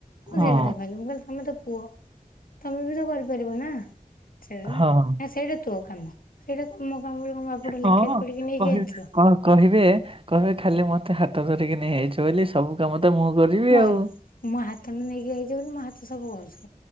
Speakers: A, on the left; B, on the right.
A: ମୁଁ
B: ହଁ
A: ସେଇ କଥା କହିଲି ମୁଁ କହିଲି ତମେ ତ ପୁଅ ତମେ ବି ତ କରିପାରିବ ନା। ସେ ନା
B: ହଁ
A: ସେଇଟା ତୋ କାମ। ସେଇଟା ମୋ କାମ ବୋଲି ମୋ ବାପଠୁ
B: ହଁ
A: ଲେଖେଇ ପଢିକି ନେଇକି
B: କ
A: ଆଣିଥିଲ।
B: କହିବେ କହିବେ ଖାଲି ମତେ ହାତ ହାତ ଧରିକିନି ନେଇ ଆଇଚ ବୋଲି ସବୁ କାମ ତ ମୁଁ କରିବି
A: ମୋର
B: ଆଉ
A: ମୋ ହାତ ନ ନେଇକି ଆଇଜ ବୋଲି ମୋ ହାତ ସବୁ କରୁଛ।